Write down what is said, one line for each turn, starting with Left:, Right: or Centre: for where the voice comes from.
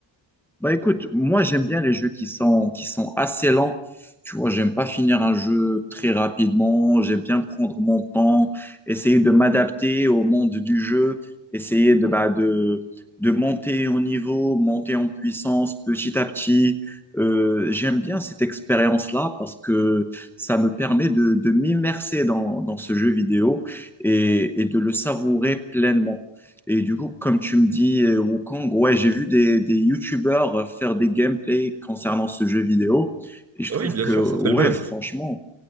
Centre: Bah écoute, moi j'aime bien les jeux qui sont, qui sont assez lents. Tu vois, j'aime pas finir un jeu très rapidement. J'aime bien prendre mon temps, essayer de m'adapter au monde du jeu, essayer de, bah, de, de monter en niveau, monter en puissance petit à petit. Euh, j'aime bien cette expérience-là parce que ça me permet de, de m'immerser dans, dans ce jeu vidéo et, et de le savourer pleinement. Et du coup, comme tu me dis euh, Wukong, ouais, j'ai vu des, des YouTubers euh, faire des gameplays concernant ce jeu vidéo. Et je
Right: Ah
Centre: trouve
Right: Oui, bien
Centre: que,
Right: sûr, ça
Centre: ouais,
Right: fait le buzz.
Centre: franchement,